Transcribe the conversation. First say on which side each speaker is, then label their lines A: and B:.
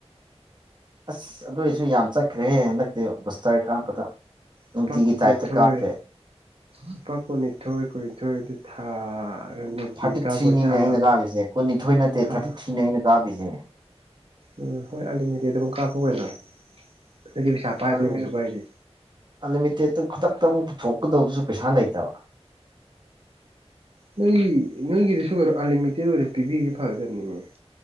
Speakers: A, on the right (about 40°); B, on the right (about 60°).
A: ꯑꯁ ꯑꯗꯣꯏꯖꯨ ꯌꯥꯝ ꯆꯠꯈ꯭ꯔꯦꯍꯦ ꯍꯟꯗꯛꯇꯤ ꯕꯨꯁꯇꯔ ꯀꯥꯞꯄꯗ ꯅꯨꯡꯇꯤꯒꯤ
B: ꯂꯨꯄꯥ ꯀꯨꯟꯅꯤꯊꯣꯏ
A: ꯇꯥꯏꯞꯇ ꯀꯥꯞꯄꯦ
B: ꯂꯨꯄꯥ ꯀꯨꯅꯤꯊꯣꯏ ꯀꯨꯅꯤꯊꯣꯏ ꯑꯗꯨ ꯊꯥ ꯅꯨꯡꯇꯤ
A: ꯊꯥꯔꯇꯤ
B: ꯀꯥꯞꯄ
A: ꯊ꯭ꯔꯤꯅꯤꯅꯦ
B: ꯊꯥ
A: ꯑꯩꯅ ꯀꯥꯄꯤꯁꯦ ꯀꯨꯟꯅꯤꯊꯣꯏ ꯅꯠꯇꯦ
B: ꯊꯥ
A: ꯊꯥꯔꯇꯤ ꯊ꯭ꯔꯤꯅꯦ ꯑꯩꯅ ꯀꯥꯞꯄꯤꯁꯦ
B: ꯎꯝ ꯍꯣꯏ ꯑꯜꯂꯤꯃꯤꯇꯦꯠ ꯑꯗꯨꯝ ꯀꯥꯞꯄꯣ ꯀꯩꯅꯣ ꯑꯗꯨꯗꯤ ꯄꯩꯁꯥ ꯄꯥꯏꯕꯅꯤꯅ
A: ꯑꯜꯂꯤꯃꯤꯇꯦ
B: ꯀꯩꯁꯨ ꯀꯥꯏꯗꯦ
A: ꯑꯜꯂꯤꯃꯤꯇꯦꯠꯇꯨ ꯈꯨꯗꯛꯇ ꯑꯃꯨꯛ ꯄꯨꯊꯣꯛꯀꯗꯧꯕꯁꯨ ꯄꯩꯁꯥ ꯂꯩꯇꯕ
B: ꯅꯣꯏꯒꯤ ꯅꯣꯏꯒꯤꯗꯤꯁꯨ ꯑꯜꯂꯤꯃꯤꯇꯦꯠ ꯑꯣꯏꯅ ꯄꯤꯕꯤꯔꯗꯤ ꯐꯥꯒꯗꯕꯅꯤꯅꯦ